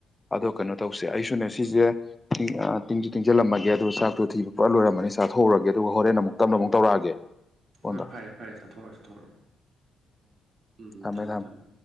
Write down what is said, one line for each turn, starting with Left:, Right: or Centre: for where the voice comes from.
Left: ꯑꯗꯣ ꯀꯩꯅꯣ ꯇꯧꯁꯦ ꯑꯩꯁꯨꯅꯦ ꯁꯤꯁꯦ ꯇꯤꯡ ꯑ ꯇꯤꯡꯁꯨꯨ ꯇꯤꯡꯁꯤꯜꯂꯝꯃꯒꯦ ꯑꯗꯨꯒ ꯆꯥꯛꯇꯣ ꯊꯤꯕ ꯄꯨꯔꯥ ꯂꯣꯏꯔꯝꯅꯤ ꯆꯥꯛꯊꯣꯎꯔꯒꯦ ꯑꯗꯨꯒ ꯍꯣꯔꯦꯟ ꯑꯃꯨꯛ ꯇꯞꯅ ꯑꯃꯨꯛ ꯇꯧꯔꯛꯑꯒꯦ꯫ ꯐꯣꯟꯗꯣ
Right: ꯍꯣꯏ ꯐꯔꯦ ꯐꯔꯦ ꯆꯥꯊꯣꯔꯣ ꯆꯥꯊꯣꯔꯣ ꯎꯝ ꯎꯝ
Left: ꯊꯝꯃꯦ
Right: ꯊꯝꯃꯣ
Left: ꯊꯝꯃꯦ
Right: ꯊꯝꯃꯣ꯫